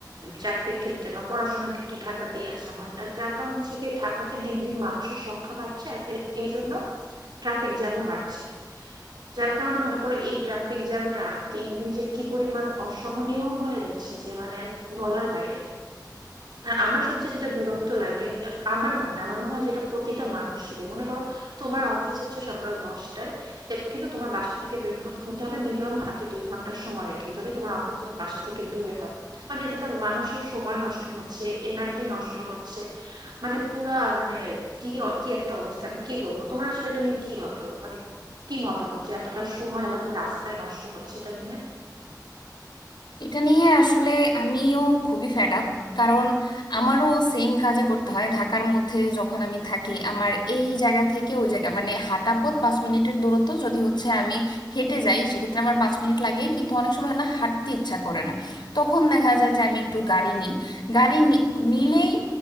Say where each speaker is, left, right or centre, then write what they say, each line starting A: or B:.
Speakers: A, on the right; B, on the left.
A: চাকরির ক্ষেত্রে বা পড়াশোনার ক্ষেত্রে ঢাকাতেই আসা হয় তার যার কারণ হচ্ছে কি ঢাকাতে দিন দিন মানুষের সংখ্যা বাড়ছে আর এ- এই জন্য ট্রাফিক জ্যামও বাড়ছে যার কারণে মনে করো এই ট্রাফিক জ্যামটা দিন দিন যে কি পরিমাণ অসহনীয় হয়ে যাচ্ছে যে মানে বলার বাইরে আর আমার সবচেয়ে যেটা বিরক্ত লাগে আমার না মানে আমার মনে হয় যেটা প্রতিটা মানুষেরই মনে করো তোমার অফিস হচ্ছে সকাল দশটায় কিন্তু তোমার বাসা থেকে বের হতে হতে হবে মিনিমাম হাতে দুই ঘন্টার সময় রেখে যদি তোমার অফিস তোমার বাসা থেকে দূরে হয় মানে এতে তো মানুষের সময় নষ্ট হচ্ছে এনার্জি নষ্ট হচ্ছে মানে পুরা মানে কি অ- কি একটা অবস্থা আমি কি বলবো তোমার আসলে এটা নিয়ে কি অব- মানে কি মতামত যে এতটা সময় আমাদের রাস্তায় নষ্ট হচ্ছে এটা নিয়ে
B: এটা নিয়ে আসলে আমিও খুবই ফেড আপ কারণ আমারও সেম কাজই করতে হয় ঢাকার মধ্যে যখন আমি থাকি আমার এই জায়গা থেকে ওই জায়গা মানে হাঁটা পথ পাঁচ মিনিটের দূরত্ব যদি হচ্ছে আমি হেঁটে যাই সেক্ষেত্রে আমার পাঁচ মিনিট লাগে কিন্তু অনেক সময় না হাঁটতে ইচ্ছা করে না তখন দেখা যায় যে আমি একটু গাড়ি নিই গাড়ি নি- নিলেই